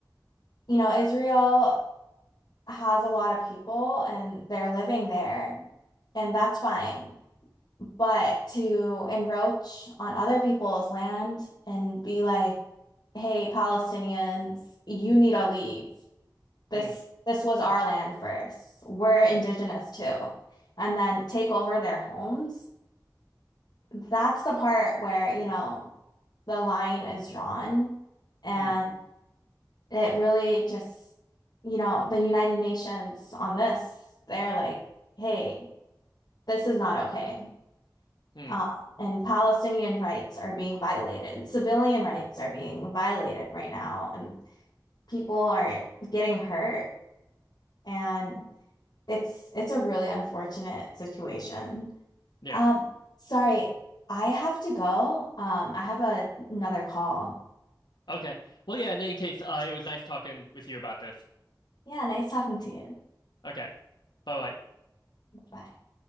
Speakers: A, on the left; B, on the left.
A: you know, Israel has a lot of people and they're living there, and that's fine. But to encroach on other people's land and be like, hey, Palestinians, you need to leave. This
B: hmm,
A: this was our land first. We're indigenous too. And then take over their homes. That's the part where, you know, the line is drawn. And
B: hmm,
A: it really just, you know, the United Nations on this, they're like, hey, this is not okay.
B: hmm.
A: Uh, and Palestinian rights are being violated. Civilian rights are being violated right now, and people are getting hurt. And It's it's a really unfortunate situation.
B: Yeah.
A: Um, sorry, I have to go. Um, I have a, another call.
B: Okay. Well, yeah, in any case, uh, it was nice talking with you about this.
A: Yeah, nice talking to you.
B: Okay. Bye bye.
A: Bye.